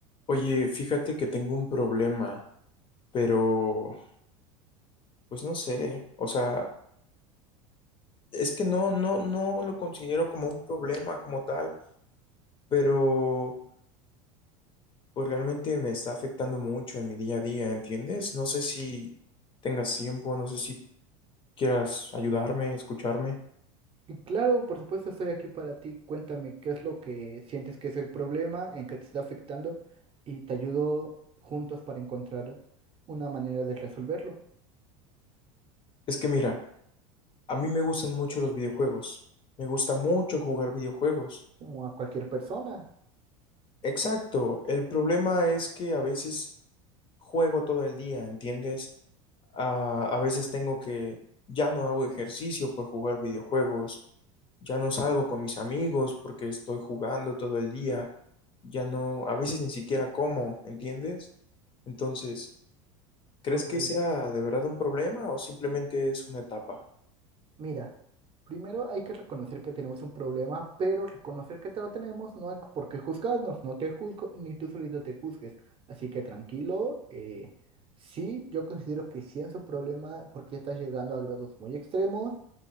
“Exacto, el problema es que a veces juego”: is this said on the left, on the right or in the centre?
Left